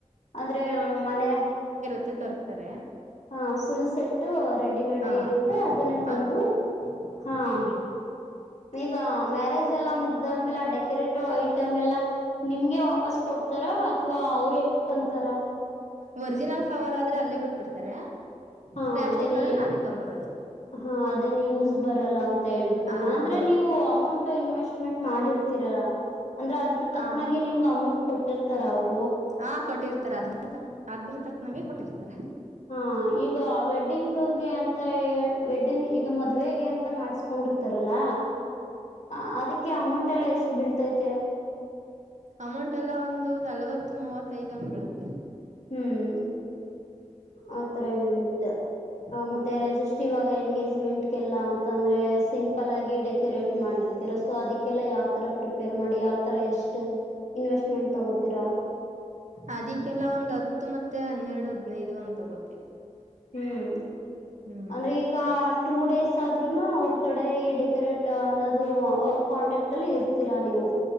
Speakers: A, on the left (about 65°); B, on the right (about 75°).
A: ಅಂದ್ರೆ ಮನೆ.
B: ಮೆ ತರ್ತಾರೆ.
A: ಹಾ ಫುಲ್ ಸೆಟ್ಟು ರೆಡಿಮೇಡ್
B: ಹ
A: ಇರುತ್ತೆ ಅದನ್ನೇ ತಂದು.
B: ಹೌದು
A: ಹಾ
B: ಹ್ಮ್.
A: ಈಗ ಮ್ಯಾರೇಜ್ ಎಲ್ಲಾ ಮುಗ್ದಾದ್ಮೇಲೆ ಆ ಡೆಕೋರೇಟಿವ್ ಐಟಮ್ ಎಲ್ಲಾ ನಿಮ್ಗೆ ವಾಪಸ್ ಕೊಡ್ತ ತಾರ ಅಥವಾ ಅವ್ರ ಇಕಂತಾರ.
B: ಒರಿಜಿನಲ್ ಫವರ್ ಆದ್ರೆ ಅಲ್ಲೇ ಬಿಟ್ಬಿಡ್ತಾರೆ
A: ಹಾ
B: ಪ್ಲಾಸ್ಟಿಕ್
A: ಅದೇನ
B: ಆದ್ರೆ ನಾವೇ ತೊಂಬರೋದು.
A: ಹಾ ಅದೇ ನೀ ಯೂಸ್ ಬರಲ್ಲ ಅಂತ ಹೇಳ್ಬಿಟ್ಟ
B: ಹ
A: ನ ಅಂದ್ರೆ
B: ಹೌದು
A: ನೀವು ಅಮೌಂಟ್ ಇನ್ವೆಸ್ಟ್ಮೆಂಟ್ ಮಾಡಿರ್ತೀರಲ್ಲಾ ಅಂದ್ರೆ ಅದ್ರ ತಕ್ಕನಾಗಿ
B: ಹ
A: ನಿಮ್ಗೆ ಅಮೌಂಟ್ ಕೊಟ್ಟಿರ್ತಾರ ಅವರು.
B: ಹಾ ಕೊಟ್ಟಿರ್ತಾರೆ ಅದ್ ತ ಅದ್ಬ್ರ ತಕ್ನಾಗೆ ಕೊಟ್ಟಿರ್ತಾರೆ.
A: ಹಾ ಈಗ ವೆಡ್ಡಿಂಗ್. ಅಂತ ವೆಡ್ಡಿಂಗ್ ಈಗ ಮದ್ವೆೆಗೆ ಅಂತ ಮಾಡಸ್ಕೊಂಡಿರ್ತಾರಲ್ಲ. ಹ ಅದಕ್ಕೆ ಅಮೌಂಟ್ ಎಲ್ಲಾ ಎಷ್ಟು ಬೀಳ್ತೈತಿ.
B: ಅಮೌಂಟ್ ಎಲ್ಲ ಒಂದು ನಲ್ವತ್ತು ಮೂವತ್ತೈದ್ ಹಂಗ್ ಬಿಡುತ್ತೆ.
A: ಹ್ಮ್. ಆತರ ಬೀಳುತ್ತೆ
B: ಹ್ಮ್
A: ಮತ್ತೆ ಜಸ್ಟ್ ಇವಾಗ ಎಂಗೇಜ್ಮೆಂಟ್. ಎಲ್ಲಾ ಅಂತಂದ್ರೆ ಸಿಂಪಲ್ ಆಗಿ ಡೆಕೋರೇಟ್ ಮಾಡಿರ್ತ ಸೊ ಅದಕ್ಕೆಲ್ಲ ಯಾವ್ತರ ಪ್ರಿಪೇರ್ ಮಾಡಿ ಯಾವ್ತರ ಎಷ್ಟ ಇನ್ವೆಸ್ಟ್ಮೆಂಟ್ ತಗೋತೀರಾ.
B: ಅದಿಕ್ಕೆಲ್ಲ ಒಂದು ಹತ್ತು ಮತ್ತೆ ಹನ್ನೆರಡು ಹದನೈದು ಹಂಗ್ ತಗೊಡ್ತೇವಿ.
A: ಹ್ಮ್.
B: ಹ್ಮ್.
A: ಅಂದ್ರೆ ಈಗ ಟೂ ಡೇಸ್ ಆದ್ನು ಅವ್ರ ಕಡೆ ಈ ಡೆಕೋರೇಟ್ ಅನ್ನೋದು ಅವ್ರ ಕಾಂಟೆಕ್ಟ್ ಮಟ್ಟಲ್ಲಿ ಇರ್ತೀರಾ ನೀವು.